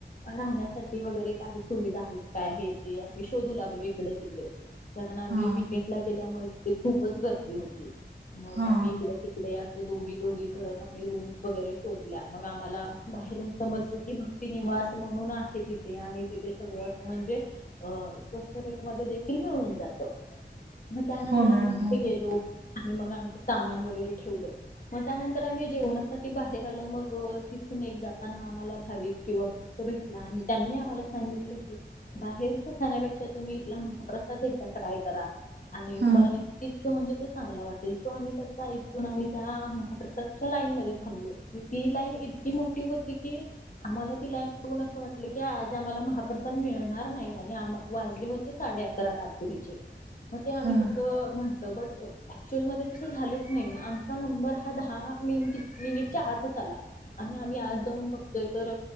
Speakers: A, on the left; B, on the right.
A: राहण्यासाठी वगैरे काही सुविधा आहेत काय हे ते आम्ही शोधू लागलो इकडे तिकडे कारण आम्ही
B: हा
A: विकेंट ला गेल्यामुळे तिथे खूपच गर्दी होती <inaudible> मग
B: हा
A: आम्ही इकडे तिकडे अस दोघी. दोघी करत आम्ही रूम वगैरे शोधल्या मग आम्हाला बाहेरून समजत की भक्ती निवास म्हणून आहे तिथे आणि तिथे सगळं अस म्हणजे अ स्वस्त रेट मध्ये देखील मीळून. मग त्यानंतर
B: हो
A: आम्ही
B: मॅम
A: तिथे
B: हो
A: गेलो. मग आम्ही सामान वगैरे म त्यानंतर आम्ही जेवूण. म ते बाहेर आलो मग अं तिथून एक जाताना आम्हाला भाविक किंवा भेटला आणि त्यांनी आम्हाला सांगितले की बाहेरच्या खाण्यापेक्षा तुम्ही इथला महाप्रसाद एकदा. ट्राय करा. आणि
B: हा
A: तुम्हाला नक्कीच तो म्हणजे. ते चांगला वाटला. <unintelligible> आणि त्याचा ऐकून आणि त्या महाप्रसादच्या लाईन मध्ये. हरलो. ती लाईन इतकी मोठ्ठी होती की आम्हाला ती लाईन बघून असं वाटलं की, आज आम्हाला महाप्रसाद मिळणार नाही आणि आम वाजले होते साडे अकरा रात मग ते आम्ही
B: हा
A: तस म्हटलं बट ऍक्च्युअल मध्ये तसं झालंच नाही आमचा नंबर हा दहा मिनिट मिनिटच्या आतच आला. आणि आम्ही आत जाऊन बघतोय तर